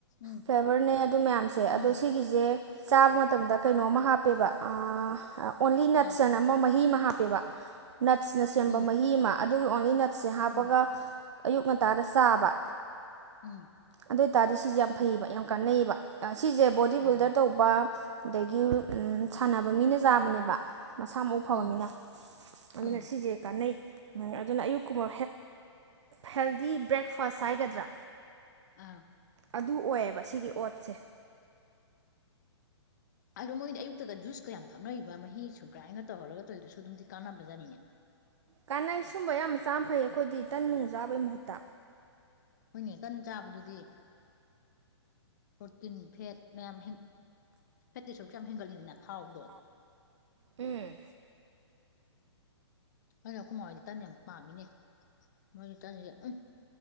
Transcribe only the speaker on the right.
ꯐ꯭ꯂꯦꯕꯔꯅꯦ ꯑꯗꯨ ꯃꯌꯥꯝꯁꯦ ꯑꯗꯣ
ꯁꯤꯒꯤꯁꯦ ꯆꯥꯕ ꯃꯇꯝꯗ ꯀꯩꯅꯣꯝꯃ ꯍꯥꯞꯄꯦꯕ ꯑꯣꯟꯂꯤ ꯅꯠꯁꯟ
ꯑꯃ ꯃꯍꯤ ꯃꯍꯥ ꯄꯕ ꯅꯠꯁꯅ ꯁꯦꯝꯕ
ꯃꯍꯤ ꯑꯃ ꯑꯗꯨꯒ ꯑꯣꯡꯂꯤ ꯅꯠꯁꯁꯦ ꯍꯥꯞꯄꯒ
ꯑꯌꯨꯛ ꯉꯟꯇꯥꯗ ꯆꯥꯕ
ꯑꯗꯨ ꯑꯣꯏꯇꯥꯔꯗꯤ ꯁꯤꯁꯦ ꯌꯥꯝ ꯐꯩꯌꯦꯕ ꯌꯥꯝ ꯀꯥꯟꯅꯩꯕ ꯁꯤꯁꯦ ꯕꯣꯗꯤ ꯕꯤꯜꯗꯔ
ꯇꯧꯕ ꯑꯗꯒꯤ ꯁꯥꯟꯅꯕ ꯃꯤꯅ ꯆꯥꯕꯅꯦꯕ ꯃꯁꯥ ꯃꯎ ꯐꯕꯅꯤꯅ
ꯑꯗꯨꯅ
ꯁꯤꯁꯦ ꯀꯥꯟꯅꯩ ꯝ ꯑꯗꯨꯅ ꯑꯌꯨꯛꯀꯨꯝꯕ ꯍꯦꯜꯗꯤ ꯕ꯭ꯔꯦꯛꯐꯥꯁ ꯍꯥꯏꯒꯗ꯭ꯔꯥ
ꯑꯗꯨ ꯑꯣꯏꯌꯦꯕ ꯁꯤꯒꯤ ꯑꯣꯠꯁꯦ
ꯀꯥꯅꯩ ꯁꯨꯝꯕ ꯌꯥꯝ ꯆꯥꯝ ꯐꯩ ꯑꯩꯈꯣꯏꯗꯤ ꯇꯟ ꯅꯨꯡ ꯆꯥꯕꯩ ꯃꯍꯨꯠꯇ
ꯎꯝ